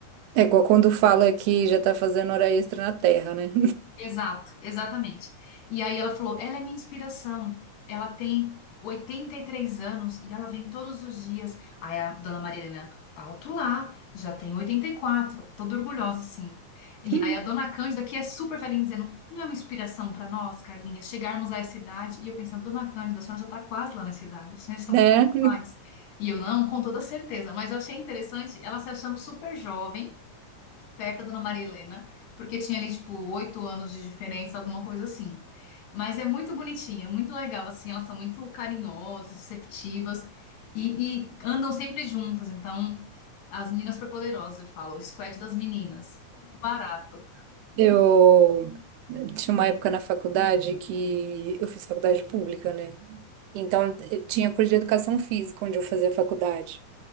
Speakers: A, on the right; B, on the left.
A: é igual quando fala que já tá fazendo hora extra na Terra, né?
B: Exato, exatamente. E aí ela falou: ela é minha inspiração. Ela tem 83 anos e ela vem todos os dias. Aí a dona Marilena, alto lá, já tem 84. toda orgulhosa assim. E
A: <laughs>
B: aí a dona Cândida, que é super velhinha, dizendo: não é uma inspiração para nós, Carlinha, chegarmos a essa idade? E eu pensando: dona Cândida, a senhora já está quase lá nessa idade, vocês já estão
A: Né?
B: quase iguais. E eu não, com toda certeza, mas eu achei interessante ela se achando super jovem perto da Dona Maria Helena, porque tinha ali, tipo, oito anos de diferença, alguma coisa assim. Mas é muito bonitinha, é muito legal, assim, elas são muito carinhosas, receptivas e, e andam sempre juntas. Então, as meninas superpoderosas, eu falo, o squad das meninas. Barato.
A: Eu tinha uma época na faculdade que eu fiz faculdade pública, né? Então eu tinha curso de educação física onde eu fazia faculdade.